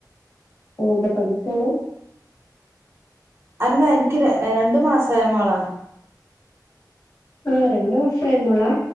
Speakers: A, on the left (about 50°); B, on the right (about 35°).
A: ഒഹ് ന്താ പഠിക്കാണ്
B: അല്ല എൻക്ക് ര അ രണ്ടു മാസായ മോളാ
A: ആ രണ്ട് മാസായ മോളാ